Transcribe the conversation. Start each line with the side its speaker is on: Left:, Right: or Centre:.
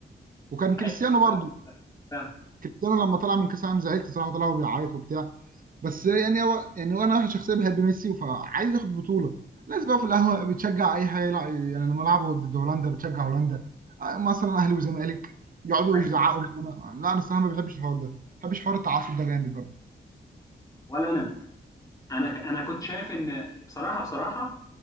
Right: وكان كريستيانو
Left: ايوه فاهم
Right: برضو
Left: فاهم فاهم.
Right: كريستيانو لما طلع من كاس العالم زعلت صراحه طلع وهو بيعيط وبتاع بس يعني هو يعني هو انا واحد شخصيا بحب ميسي فعايز ياخد بطوله الناس بقى في القهوه بتشجع اي حاجه يلعب يعني لما لعبوا ضد هولندا بتشجع هولندا آه، مثلا اهلي وزمالك يقعدوا
Left: أيوة.
Right: يزعقوا لا انا الصراحه ما بحبش الحوار ده ما بحبش حوار التعصب ده جامد
Left: ولا انا انا انا كنت شايف ان بصراحه بصراحه